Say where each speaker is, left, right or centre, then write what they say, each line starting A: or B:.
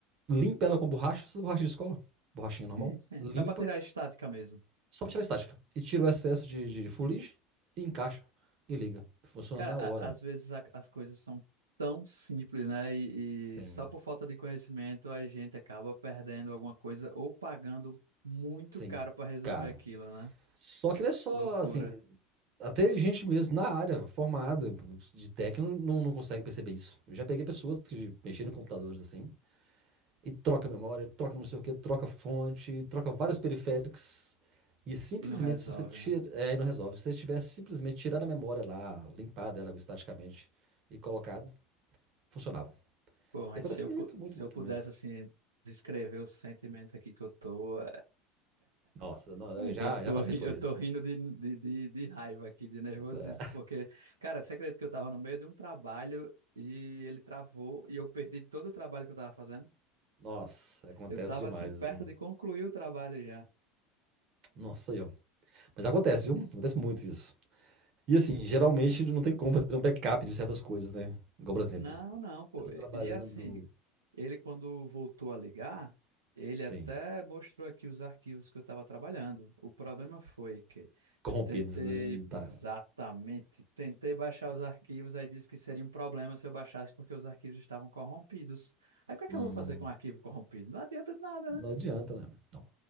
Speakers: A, on the right; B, on the right.
A: limpa ela com borracha, essas borrachas de escola, borrachinha
B: sim,
A: normal,
B: sim.
A: limpa,
B: Só pra tirar a estática mesmo.
A: Só para tirar a estática. E tira o excesso de, de fuligem e encaixa e liga. Funciona
B: Cara,
A: na
B: a-
A: hora.
B: às vezes a- as coisas são tão simples, né? E,
A: Sem,
B: e só por falta de conhecimento a gente acaba perdendo alguma coisa ou pagando muito
A: sem
B: caro pra resolver
A: caro.
B: aquilo, né?
A: Só que não é só,
B: Loucura.
A: assim, até gente mesmo na área, formada de técnico, não, não consegue perceber isso. Eu já peguei pessoas que mexeram em computadores assim, e troca memória, troca não sei o que, troca fonte, troca vários periféricos. E simplesmente,
B: E não resolve,
A: se você tira,
B: né?
A: é, aí não resolve. Se você tivesse simplesmente tirado a memória lá, limpado ela estaticamente e colocado, funcionava.
B: Pô, mas
A: E acontece
B: se eu,
A: muito,
B: pu-
A: muito,
B: se
A: muito,
B: eu pudesse,
A: muito.
B: assim, descrever o sentimento aqui que eu tô.
A: Nossa, não, eu já,
B: Eu tô,
A: já passei
B: ri-
A: por
B: eu
A: isso.
B: tô rindo de, de, de, de raiva aqui, de nervosismo,
A: Tá.
B: porque, cara, você acredita que eu tava no meio de um trabalho e ele travou e eu perdi todo o trabalho que eu tava fazendo?
A: Nossa, acontece
B: Eu tava,
A: demais,
B: assim, perto
A: viu?
B: de concluir o trabalho já.
A: Nossa, aí, ó. Mas acontece, viu? Acontece muito isso. E assim, geralmente
B: cara.
A: não tem como fazer um backup de certas coisas, né? Igual, por exemplo,
B: Não, não, pô.
A: eu tô
B: E,
A: trabalhando,
B: e, assim, Ele, quando voltou a ligar, ele
A: Sim.
B: até mostrou aqui os arquivos que eu estava trabalhando. O problema foi que
A: corrompidos,
B: eu tentei,
A: né? Não dá.
B: exatamente, tentei baixar os arquivos, aí disse que seria um problema se eu baixasse porque os arquivos estavam corrompidos. Aí o que é que
A: Hum,
B: eu vou fazer com um arquivo corrompido? Não adianta de nada,
A: não
B: né?
A: adianta, né? Não.